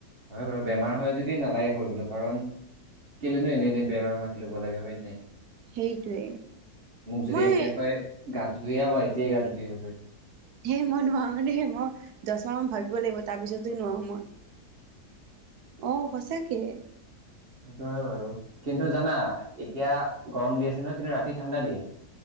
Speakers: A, on the right (about 40°); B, on the right (about 70°).
A: হয় বাৰু বেমাৰ হয় যদি নালাগে কৰিবলৈ কাৰণ কেলেনো এনে এনে বেমাৰ মাতি লব লাগে হয় নে নাই
B: সেইটোৱে
A: মোক যদি
B: মই
A: এতিয়া কয় গাটো ধুই আহা মই এতিয়াই গাটো ধুই আহিব পাৰিম
B: হেই মই নোৱাৰো দেই মই দছমাহ মান ভাবিব লাগিব তাৰ পিছতো নোৱাৰো মই অ সঁচাকে
A: সেইটোয়ে বাৰু কিন্তু জানা এতিয়া গৰম দি আছে নহয় কিন্তু ৰাতি ঠাণ্ডা দিয়ে